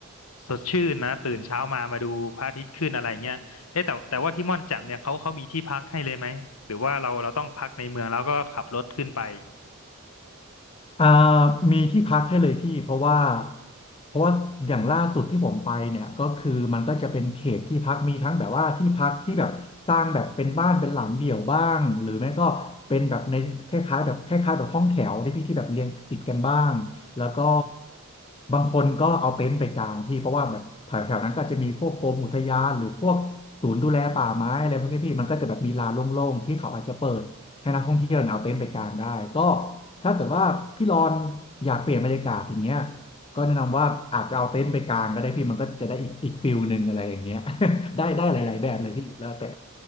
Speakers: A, on the left; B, on the left.
A: สดชื่นนะตื่นเช้ามามาดูพระอาทิตย์ขึ้นอะไรเงี้ยเอ๊ะแต่แต่ว่าที่ม่อนแจ่มเนี่ยเขาเขามีที่พักให้เลยไหมหรือว่าเราเราต้องพักในเมืองแล้วก็ขับรถขึ้นไป
B: อ่ามีที่พักให้เลยพี่เพราะว่าเพราะว่าอย่างล่าสุดที่ผมไปเนี่ยก็คือมันก็จะเป็นเขตที่พักมีทั้งแบบว่าที่พักที่แบบสร้างแบบเป็นบ้านเป็นหลังเดี่ยวบ้างหรือไม่ก็เป็นแบบในคล้ายๆแบบคล้ายๆแบบห้องแถวที่พี่ที่แบบเรียงติดกันบ้างแล้วก็บางคนก็เอาเต็นท์ไปกางพี่เพราะว่าแบบแถวๆนั้นก็อาจจะมีพวกกรมอุทยานหรือพวกศูนย์ดูแลป่าไม้อะไรพวกนี้พี่มันก็จะแบบมีลานโล่งๆที่เขาอาจจะเปิด ให้นักท่องเที่ยวเนี่ยเอาเต็นท์ไปกางได้ก็ถ้าเกิดว่าพี่รอนอยากเปลี่ยนบรรยากาศอย่างเงี้ยก็แนะนำว่าอาจจะเอาเต็นท์ไปกางก็ได้พี่มันก็จะได้อีกอีกฟิลหนึ่งอะไรอย่างเงี้ย <laughs> ได้ได้หลายๆแบบเลยพี่แล้วแต่
A: อืม